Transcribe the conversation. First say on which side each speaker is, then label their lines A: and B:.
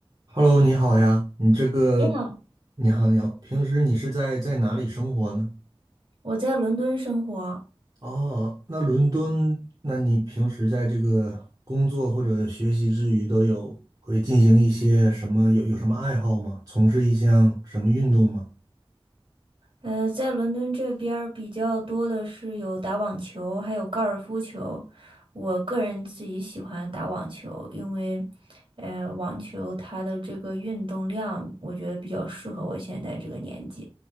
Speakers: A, on the right; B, on the right.
A: Hello，你好呀，你这个，
B: 你好，
A: 你好，你好，平时你是在在哪里生活呢？
B: 我在伦敦生活，
A: 哦，那伦敦，那你平时在这个工作或者学习之余，都有会进行一些什么，有有什么爱好吗？从事一项什么运动吗？
B: 呃，在伦敦这边儿比较多的是有打网球，还有高尔夫球。我个人自己喜欢打网球，因为，呃，网球它的这个运动量，我觉得比较适合我现在这个年纪。